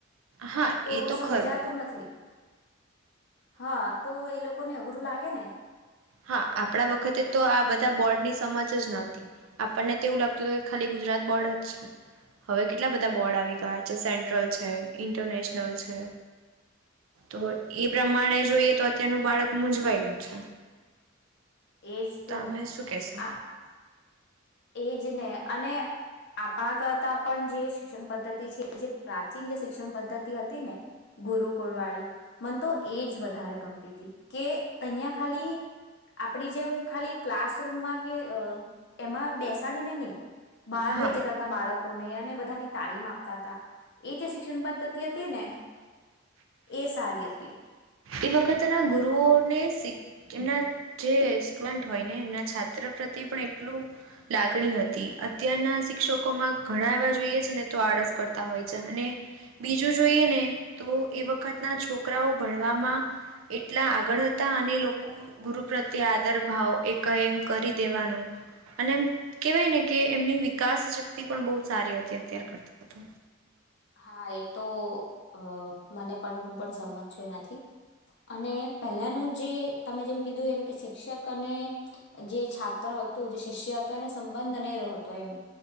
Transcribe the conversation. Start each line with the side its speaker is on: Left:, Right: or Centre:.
Right: હા
Left: તો
Right: એ
Left: સમજાતું
Right: ખરું
Left: નથી. હા, તો એ લો કોઈને અઘરું લાગે ને
Right: હા, આપણા વખતે તો આ બધા બોર્ડની સમજ જ ન હતી. આપણને તે એવું લાગ તોય ખાલી ગુજરાત બોર્ડ જ છે. હવે કે એટલા બધા બોર્ડ આવી ગયા છે. સેન્ટ્રલ છે, ઇન્ટરનેશનલ છે તો એ પ્રમાણે જોઈએ તો અત્યારનું બાળક મૂઝવાયેલું છે.
Left: એજ તો
Right: તમે શું કહેશો
Left: આ એ જ ને અને આપણા કરતા પણ જે શિક્ષણ પદ્ધતિ છે જે પ્રાચીન જે શિક્ષણ પદ્ધતિ હતી ને ગુરુકુળવાળી મને તો એ જ વધારે ગમતી હતી કે અહીંયા ખાલી આપડી જેમ ખાલી ક્લાસરૂમમાં કે અ એમાં બેસાડીને નહી બહાર
Right: હા
Left: લહી જતા હતા બાળક કોને આને બધાને તાલીમ આપતા હતા એ જે શિક્ષણ પદ્ધતિ હતી ને એ સારી હતી.
Right: એ વખતના ગુરુઓને તે તેમના જે સ્ટુડન્ટ હોય ને એમના છાત્ર પ્રત્યે પણ એટલું લાગણી હતી અત્યારના શિક્ષકોમાં ઘણા એવા જોઈએ છે ને તો આળસ કરતા હોય છે અને બીજું જોઈએ ને તો એ વખત ના છોકરાઓ ભણ વામાં એટલા આગળ હતા અને લોકો ગુરુ પ્રત્યે આદર ભાવ એક એમ કરી દેવાનો અને એમ કેહેવાય ને કે એમની વિકાસ શક્તિ પણ બહુ સારી હતી અતાર કરતા તો
Left: હા એ તો અ મને પણ હું પણ સમજ છું એનાથી અને પહેલાનું જે તમે જેમ કીધું એમ કે શિક્ષક અને જે છાત્ર હતું જે શિષ્ય હતો એનો સંબંધ અનેરો હતો એમ